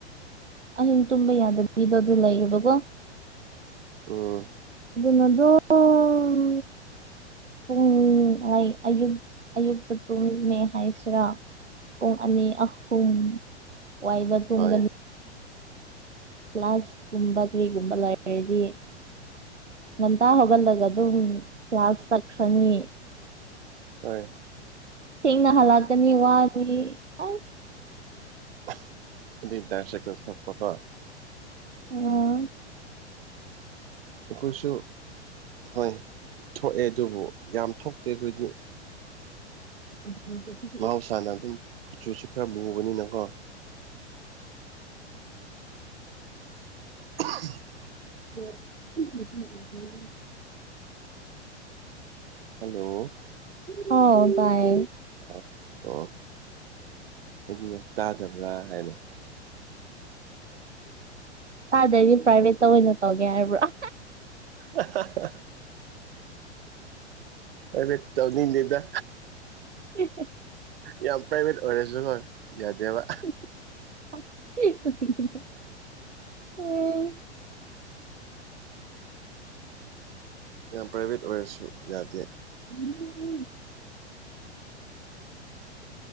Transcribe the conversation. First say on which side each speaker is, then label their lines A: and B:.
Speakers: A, on the right; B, on the right.
A: ꯑꯍꯤꯡ ꯇꯨꯝꯕ ꯌꯥꯗꯕꯤꯗꯣ ꯑꯗꯨ ꯂꯩꯌꯦꯕꯀꯣ
B: ꯎꯝ
A: ꯑꯗꯨ ꯅ ꯑꯗꯨꯝ ꯄꯨꯡ ꯑꯩ ꯑꯌꯨꯛ ꯑꯌꯨꯛꯇ ꯇꯨꯝꯃꯦ ꯍꯥꯏꯁꯤꯔꯥ ꯄꯨꯡ ꯑꯅꯤ ꯑꯍꯨꯝ ꯋꯥꯏꯗ ꯇꯨꯝꯒꯅꯤ
B: ꯍꯣꯏ
A: ꯀ꯭ꯂꯥꯁ ꯀꯨꯝꯕ ꯀꯔꯤꯒꯨꯝꯕ ꯂꯩꯔꯗꯤ ꯉꯟꯇꯥ ꯍꯧꯒꯠꯂꯒ ꯑꯗꯨꯝ ꯀ꯭ꯂꯥꯁ ꯆꯠꯈ꯭ꯔꯅꯤ
B: ꯍꯣꯏ
A: ꯊꯦꯡꯅ ꯍꯥꯜꯂꯛꯀꯅꯤ ꯋꯥꯅꯤ ꯑꯁ
B: <unintelligible> ꯊꯛꯄꯀꯣ
A: ꯎꯝ
B: ꯑꯩꯈꯣꯏꯁꯨ ꯍꯣꯏ ꯊꯣꯛꯑꯦ ꯑꯗꯨꯕꯨ ꯌꯥꯝ ꯊꯣꯛꯇꯦ ꯑꯩꯈꯣꯏꯗꯤ
A: <unintelligible>
B: ꯃꯍꯧꯁꯥꯅ ꯑꯗꯨꯝ ꯀꯨꯆꯨꯁꯨ ꯈꯔ ꯃꯨꯕꯅꯤꯅꯀꯣ <unintelligible>
A: <unintelligible>
B: ꯍꯜꯂꯣ
A: ꯍꯥꯎ ꯇꯥꯢ
B: ꯑꯣ ꯑꯩꯗꯤ ꯅꯪ ꯇꯥꯗꯕ꯭ꯔꯥ ꯍꯥꯏꯅ
A: ꯇꯥꯗꯗꯤ ꯄ꯭ꯔꯥꯏꯚꯦꯠꯇ ꯑꯣꯏꯅ ꯇꯧꯒꯦ ꯍꯥꯏꯔꯕ꯭ꯔꯥ
B: <unintelligible> ꯄ꯭ꯔꯥꯏꯕꯦꯠ ꯇꯧꯅꯤꯡꯗꯦꯗ
A: <unintelligible>
B: ꯌꯥꯝ ꯄ꯭ꯔꯥꯏꯚꯦꯠ ꯑꯣꯏꯔꯁꯨ ꯍꯣꯏ ꯌꯥꯗꯦꯕ
A: <unintelligible>
B: ꯌꯥꯝ ꯄ꯭ꯔꯥꯏꯚꯦꯠ ꯑꯣꯏꯔꯁꯨ ꯌꯥꯗꯦ
A: ꯎꯝ